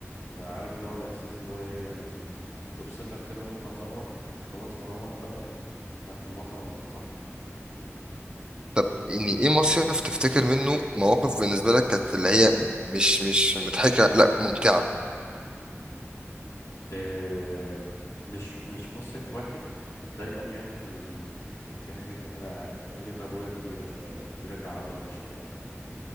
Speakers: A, on the left; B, on the right.
A: فعارف اللي هو الاحساس اللي هو ايه يعني تبسطك كده وانت مروح كنت خلاص مروح بقى وراحت المطره مطرة
B: طب يعني ايه مصيف تفتكر منه مواقف بالنسبه لك كانت اللي هي مش مش مضحكه لا ممتعه
A: آه، مش مش مصيف واحد دايما يعني في ال... يعني في حاجة كده أنا عيلة أبويا كبيرة شوية كبيرة كعدد مش ك...